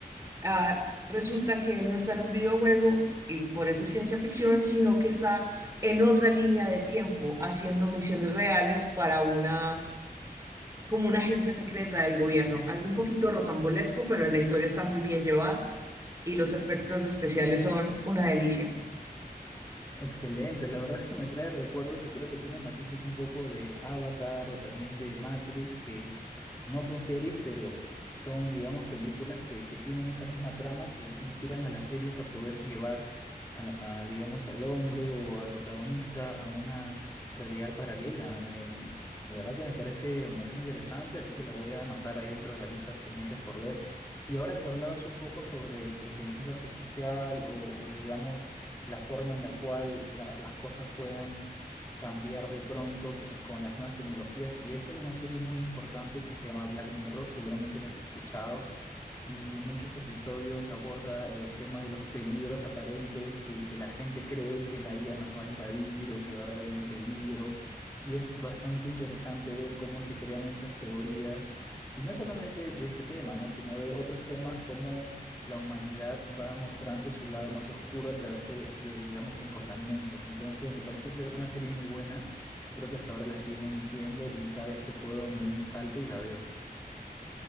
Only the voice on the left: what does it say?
Excelente, la verdad es que me trae recuerdos y creo que tiene matices un poco de Avatar o también de Matrix, que no son series, pero son, digamos, películas que, que tienen esa misma trama que inspiran a las series a poder llevar a, a, digamos, al hombre o al protagonista a una realidad paralela. Me- la verdad que me parece bastante interesante, así que lo voy a anotar ahí dentro de las listas pendientes por ver. Y ahora que hablabas un poco sobre la inteligencia artificial o o, digamos, la forma en la cual la- las cosas pueden cambiar de pronto con las nuevas tecnologías y eso. Hay una serie muy importante que se llama Black Mirror, seguramente la has escuchado y en muchos episodios aborda el tema de los peligros aparentes, que, que la gente cree que la IA nos va a invadir o que va a haber algún peligro. Y es bastante interesante ver cómo se crean estas teorías, y no solamente de este tema, ¿no? sino de otros temas como la humanidad va mostrando su lado más oscuro a través de, de, digamos, comportamientos. Entonces, me parece ser una serie muy buena. Creo que hasta ahora la siguen emitiendo y cada vez que puedo me doy un salto y la veo.